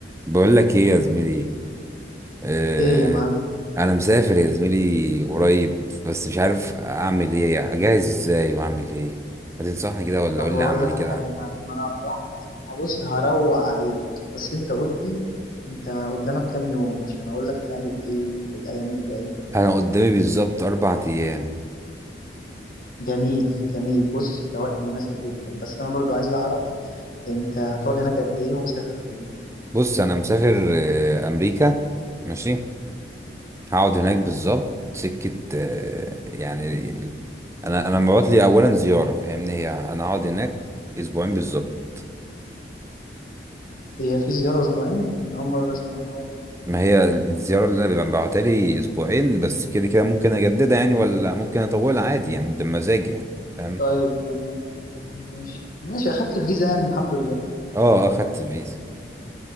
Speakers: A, on the right; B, on the left.
A: بقول لك ايه يا زميلي آه
B: ايه يا معلم
A: انا مسافر يا زميلي قريب بس مش عارف اعمل ايه اجهز ازاي واعمل ايه ما تنصحني كده ولا
B: طب
A: قول لي
B: اقول
A: اعمل
B: لك
A: ايه
B: على
A: كده
B: حاجه يا معلم انا بصراحه بصراحة- بص هروق عليك بس انت قول لي انت قدامك كام يوم عشان اقول لك تعمل ايه في الايام اللي جايه
A: انا قدامي بالظبط اربع ايام
B: جميل جميل بص ده وقت مناسب جدا بس انا برضو عايز اعرف انت هتقعد هناك قد ايه ومسافر فين
A: بص انا مسافر آه امريكا ماشي هقعد هناك بالظبط سكة آه يعني ال- انا انا مبعوت لي اولا زيارة فاهمني هي انا هقعد هناك اسبوعين بالظبط
B: هي في زياره اسبوعين أنا اول مره اسمع الحوار ده
A: ما هي الزيارة اللي انا ببعتها لي اسبوعين بس كده كده ممكن اجددها يعني ولا ممكن اطولها عادي يعني ده مزاجي يعني فاهم
B: طيب تمام تمام ماشي ماشي اخدت الفيزا يعني الحمد لله
A: اه اه خدت الفيزا